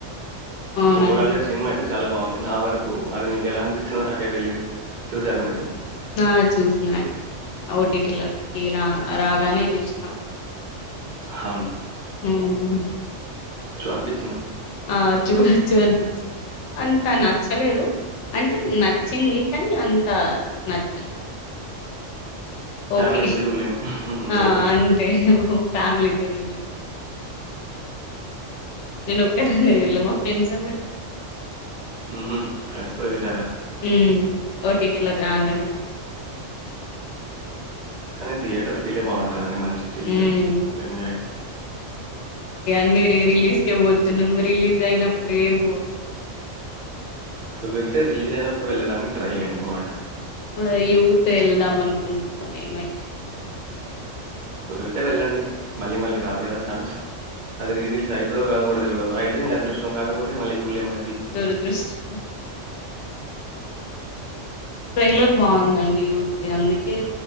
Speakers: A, on the left; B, on the right.
A: అవునండి
B: ఓవరాల్ గా సినిమా అయితే చాలా బాగుంది నా వరకు అది మీకు ఎలా అనిపించిందో నాకే తెలీదు చూసారా
A: ఉమ్
B: మీరు?
A: ఆ చూస్నాను ఓటిటిలోకి రా రాగానే చూసినాం
B: హనా
A: ఉమ్
B: అనిపిచ్చిందా?
A: ఆ చూడచ్చు అనిపి అంత నచ్చలేదు అంటే నచ్చింది కానీ అంత నచ్చలేదు
B: ఫ్యామిలీతో
A: ఓకే
B: జూడలేం.
A: ఆ
B: ఓకే.
A: అంతే ఫ్యామిలీతో తె నేను ఒక్కదాన్నే చూల్లే మా ఫ్రెండ్స్ అందరు
B: ఉహూ ఫ్రెండ్స్తో చూసారా
A: హ్మ్ ఓటీటీలోక్ రాంగనే
B: కానీ థియేటర్ ఫీలే బాగుంటందండి. మంచి చిల్లు
A: ఉమ్
B: ఎంజాయ్
A: న్న రీ రిలీజ్ క పోతున్నాం రిలీజ్ అయినప్పుడే మ్
B: కుదిర్తే రిలీజ్ అయినా ప్పుడు వెళ్ళడానికి ట్రై చేయండి బాగుంటది.
A: అ యూత్ వెళ్దాం అనుకుంటున్నాం ఏమైత
B: కుదిరితే వెళ్ళండి మళ్లీ మళ్లీ రాదు గదా ఛాన్స్ అది రీరిలీజ్ అయితదో కాదో కూడా తెల్వదు. ఐ తే మీ అదృష్టం కాకపోతే మళ్ళీ జూల్లెం క
A: దురదృష్టం ట్రైలర్ బాగుందండి యూత్ ది అందుకే